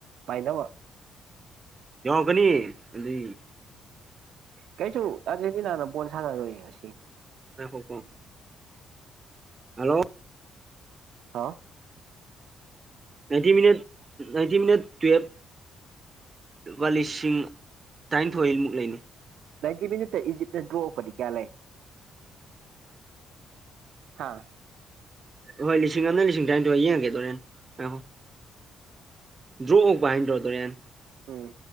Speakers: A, on the right (about 75°); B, on the right (about 35°).
A: ꯄꯥꯏꯅꯕ
B: ꯕꯅꯤ ꯂꯤ
A: ꯀꯩꯁꯨ ꯑꯔꯖꯦꯟꯇꯤꯅꯥꯅ ꯕꯣꯜ ꯁꯥꯟꯅ ꯔꯣꯏꯌꯦ ꯉꯁꯤ
B: ꯉꯥꯢꯈꯣꯀꯣ ꯍꯜꯂꯣ
A: ꯍꯥꯎ
B: ꯅꯥꯏꯟꯇꯤ ꯃꯤꯠ ꯅꯥꯏꯟꯇꯤ ꯃꯤꯅꯠ ꯇꯨꯌꯦꯕ ꯂꯨꯄꯥ ꯂꯤꯁꯤꯡ ꯇꯔꯥꯅꯤꯊꯣꯏꯃꯨꯛ ꯂꯩꯅꯤ
A: ꯅꯥꯟꯇꯤ ꯃꯤꯅꯤꯠꯇ ꯏꯖꯤꯞꯅ ꯗ꯭ꯔꯣ ꯑꯣꯐ ꯂꯩꯔꯗꯤ ꯀꯌꯥ ꯂꯩ ꯍꯥꯥ
B: ꯍꯣꯏ ꯂꯤꯁꯤꯡ ꯑꯝꯅ ꯂꯤꯁꯤꯡ ꯇꯔꯥꯏꯟꯊꯣꯏ ꯌꯦꯡꯒꯦ ꯗꯣꯔꯦꯟ ꯑꯣ ꯗ꯭ꯔꯣ ꯑꯣꯛꯄ ꯍꯥꯏꯟꯇ꯭ꯔꯣ ꯗꯣꯔꯦꯟ
A: ꯎꯝ